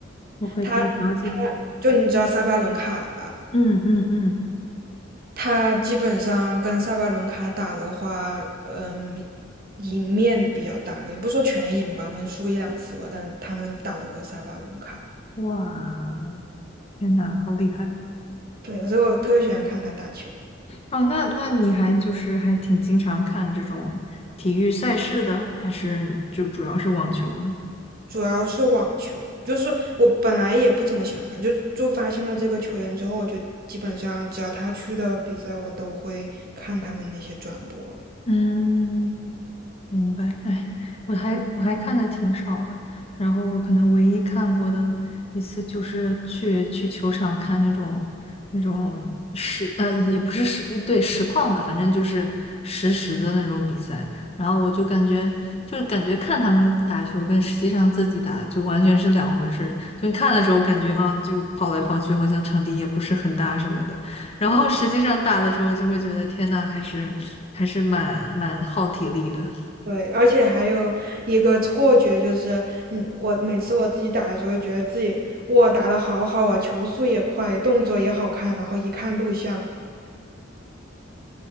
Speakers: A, on the left; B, on the right.
A: 我回头了解。
B: 他他就你知道萨巴伦卡吧？
A: 嗯嗯嗯，
B: 他基本上跟萨巴伦卡打的话，嗯，赢面比较大，也不说全赢吧，可能输个一两次吧，但他能打得过萨巴伦卡。
A: 哇，天呐，好厉害！
B: 对，所以我特别喜欢看他打球，
A: 哦，那那你还就是还挺经常看这种体育赛事的，还是就主要是网球呢？
B: 主要是网球，就是我本来也不怎么喜欢看，就就发现了这个球员之后，我就基本上只要他去的比赛，我都会看他们那些转播了。
A: 嗯明白，哎，我还我还看的挺少的，然后我可能唯一看过的一次就是去去球场看那种那种实呃也不是实对实况吧，反正就是实时的那种比赛，然后我就感觉就是感觉看他们打球跟实际上自己打就完全是两回事儿就你看的时候感觉啊就跑来跑去，好像场地也不是很大什么的，然后实际上打的时候就会觉得天呐，还是还是蛮蛮耗体力的。
B: 对，而且还有一个错觉，就是，嗯，我每次我自己打的时候，觉得自己哇打得好好啊，球速也快，动作也好看，然后一看录像，